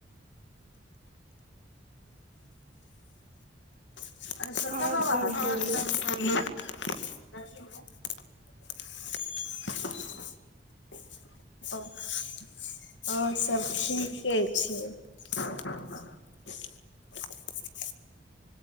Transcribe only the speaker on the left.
अरे
सत्तर
बाबा हेथीन आओर सब बोलू <unintelligible> आओर सभ ठीके छै <unintelligible>